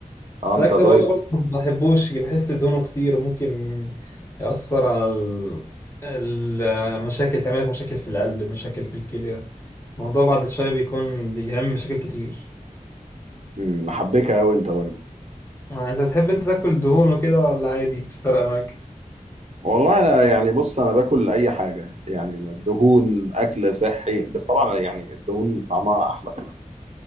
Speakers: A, on the right; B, on the left.
A: اه
B: بس
A: انت
B: الاكل
A: دايت
B: بره برضو ما بحبوش بحس دهونه كتير وممكن يأثر على ال- المشاكل تعمل لك مشاكل في القلب مشاكل في الكلى الموضوع بعد شوية بيكون بيعمل مشاكل كتير
A: مم، محبكه قوي انت برضه
B: آه، انت بتحب انت تاكل دهون وكده ولا عادي مش فارقة معاك
A: والله انا يعني بص انا باكل اي حاجه يعني دهون اكل صحي بس طبعا يعني الدهون طعمها احلى الصراحة.